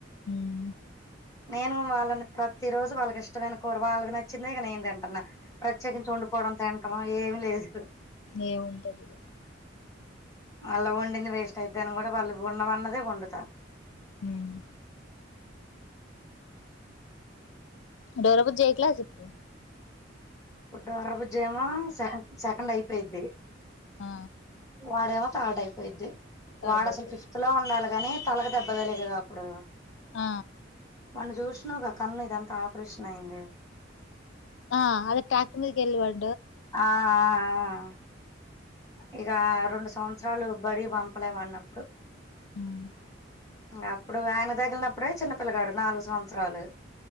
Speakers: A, on the left (about 70°); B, on the left (about 20°).
A: హ్మ్
B: నేను వాళ్ళని ప్రతి రోజు వాళ్ళ కిష్టమైన కూర వాళ్ళక్ నచ్చిందే ఇగ నేను తింటున్నా. ప్రత్యేకించి వండుకోవడం తింటం. ఏమి లేదు
A: ఏముంటది ఇగ
B: మళ్ళ వండింది వేస్ట్ అయిద్దని కూడా వాళ్ళు వండమన్నదే వండుతా
A: హ్మ్ డోరాబుజ్జి ఎ క్లాస్ ఇప్పుడు
B: ఇప్పుడ్డు డోరాబుజ్జి ఏమో సెకండ్ సెకండ్ అయిపోయిద్ది.
A: ఆ
B: వాడేమో థర్డ్ అయిపోయిద్ది.
A: థర్డ్
B: వాడు అసలు
A: అయిపోయిద్ది
B: ఫిఫ్త్ లో ఉండాలి. గాని తలక్ దెబ్బదలిగేగా అప్పుడు
A: ఆ
B: మొన్న చూసినావ్ గ కన్ను మీద ఇదంతా ఆపరేషన్ అయింది.
A: ఆ అదే టాక్ మీద కెళ్లి పడ
B: ఆ ఆ ఆ ఆ ఇగ రెండు సం వస్త్రాలు బడికి పంపలేం అనప్పుడు
A: హ్మ్
B: అప్పుడు వానికి తగిలినప్పుడే చిన్న పిల్గాడు నాలుగు సంవత్సరాలు